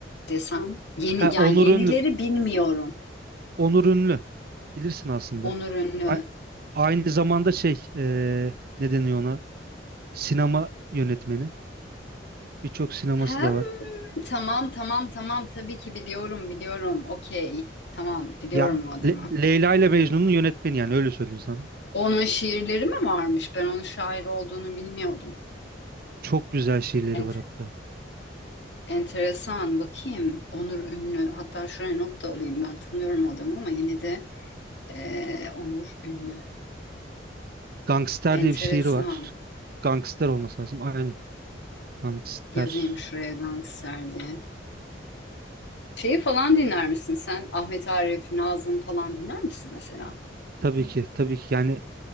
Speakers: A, on the left; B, on the right.
A: desem. Yeni,
B: He
A: yani
B: Onur
A: yenileri
B: Ünlü.
A: bilmiyorum.
B: Onur Ünlü. Bilirsin aslında.
A: Onur Ünlü.
B: A- aynı zamanda şey e, ne deniyor ona? Sinema yönetmeni. Birçok sineması
A: Hem
B: da var.
A: tamam tamam tamam tabii ki biliyorum biliyorum. Okey. Tamam biliyorum
B: Ya
A: o adamı.
B: Le- Leyla ile Mecnun'un yönetmeni yani öyle söyleyeyim sana.
A: Onun şiirleri mi varmış? Ben onun şair olduğunu bilmiyordum.
B: Çok güzel şiirleri
A: Ent
B: var hatta.
A: enteresan. Bakayım. Onur Ünlü. Hatta şuraya not da alayım. Ben tanıyorum o adamı ama yine de Ee, Onur Ünlü.
B: Gangster
A: Enteresan.
B: diye bir şiiri var. Gangster olması lazım. Aynen. Gangster.
A: Yazayım şuraya gangster diye. Şeyi falan dinler misin sen? Ahmet Arif, Nazım falan dinler misin mesela?
B: Tabii ki, tabii ki. Yani